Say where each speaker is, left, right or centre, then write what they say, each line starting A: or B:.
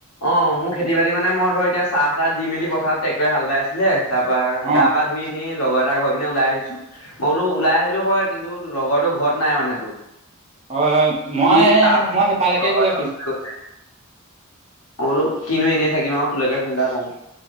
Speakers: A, on the left; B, on the right.
A: অ' মোৰ খেতি-বাতি মানে মই ধৰ এতিয়া চাহ-তাহ দি মেলি পথাৰত ট্ৰেক্টৰে হাল বাই আছিলে। তাৰপৰা
B: অ
A: গা-পা ধুই এনে লগৰ এটা ঘৰ পিনে ওলাই আহিছোঁ। মই বোলো ওলাই আহিলোঁ হয় কিন্তু লগৰটো ঘৰত নাই মানে তোৰ।
B: হয় হয়, মই
A: সি তাৰ
B: মই সেইফালেকে
A: লগৰ
B: গৈ
A: এটাৰ
B: আছোঁ।
A: ওচৰলৈ গৈছে মই বোলো কিনো এনেই থাকিম আৰু তোলৈকে ফোন এটা কৰোঁ।